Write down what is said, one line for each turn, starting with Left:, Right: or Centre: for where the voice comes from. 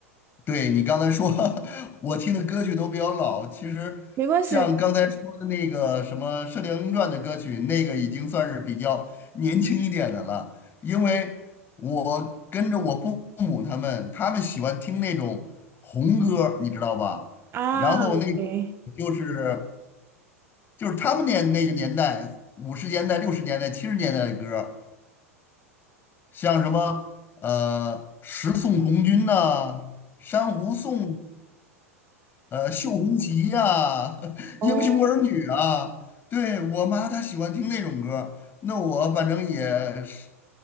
Left: 对你刚才说，<laughs> 我听的歌曲都比较老。其实，
Right: 没关系
Left: 像刚才说的那个什么《射雕英雄传》的歌曲，
Right: <laughs>
Left: 那个已经算是比较年轻一点的了。因为我跟着我父母他们，他们喜欢听那种红歌，你知道吧？
Right: 啊，OK。
Left: 然后那就是就是他们年那个年代，五十年代、六十年代、七十年代的歌，像什么呃《十送红军》呐，《珊瑚颂》呃，绣红旗呀、<laughs>
Right: 哦
Left: 英雄儿女啊，对，我妈她喜欢听那种歌儿那我反正也是